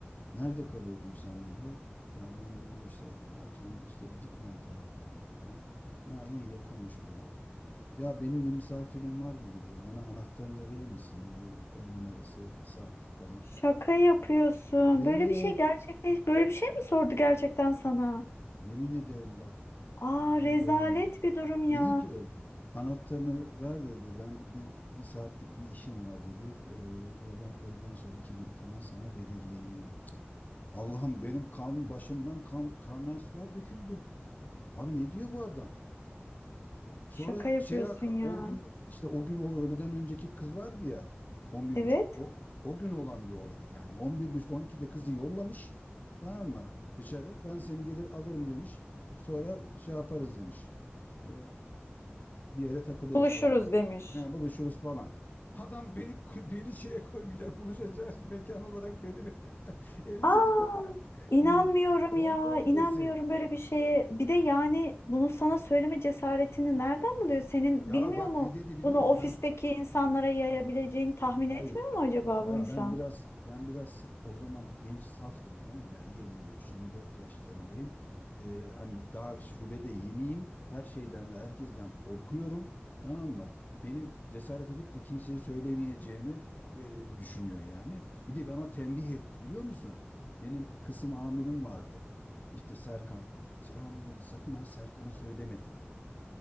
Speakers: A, on the left; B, on the left.
A: Nerede kalıyordun sen dedi. Ya ben dedim işte e, atıyorum işte Dikmen taraflarında falan. Ha iyi yakınmış falan. Ya benim bir misafirim vardı dedi. Bana anahtarını da verir misin? Bir öğlen arası bir saatlik falan.
B: şaka yapıyorsun.
A: Evet
B: Böyle bir şey gerçekleş böyle bir şey mi sordu gerçekten sana?
A: yemin ederim bak
B: Aa
A: ne
B: rezalet
A: olayım.
B: bir durum ya.
A: Dedi ki anahtarını ver dedi. Ben bir, bir saatlik bir işim var dedi. Ee, öğlen, öğleden sonra iki gibi falan sana veririm. Allah'ım benim kan başımdan kan kaynar sular döküldü. Abi ne diyor bu adam? Sonra
B: Şaka yapıyorsun
A: şey
B: ya.
A: o gün işte o gün o öğleden önceki kız vardı ya on bir
B: Evet.
A: buçuk. O, o gün olan bir olay yani. on bir buçuk 12'de kızı yollamış tamam mı dışarı. Ben seni gelir alırım demiş. Sonra şey yaparız demiş. Ee, bir yere takılırız
B: Buluşuruz
A: falan.
B: demiş.
A: Yani buluşuruz falan. Adam beni beni şeye koymayacak. buluşacak mekan olarak beni bir- <laughs> evi
B: Aa,
A: seçmiş ya.
B: inanmıyorum
A: Yani Bomba
B: ya,
A: ötesi.
B: inanmıyorum böyle bir şeye. Bir de yani bunu sana söyleme cesaretini nereden buluyor? Senin
A: Ya
B: bilmiyor
A: bak
B: mu?
A: ne dedi biliyor
B: Bunu
A: musun?
B: ofisteki
A: Ben
B: insanlara yayabileceğini tahmin
A: hayır
B: etmiyor mu acaba
A: Ya
B: bu insan?
A: ben biraz ben biraz o zaman genç saftım tamam mı? ya 23-24 yaşlarındayım. Ee, hani daha şubede yeniyim. Her şeyden ve herkesten korkuyorum. Tamam mı? Benim cesaret edip de kimseye söylemeyeceğimi e, düşünüyor yani. Bir de bana tembih etti biliyor musun? Benim kısım amirim vardı. İşte Serkan. Seyhan dedi sakın ha Serkan'a söyleme dedi.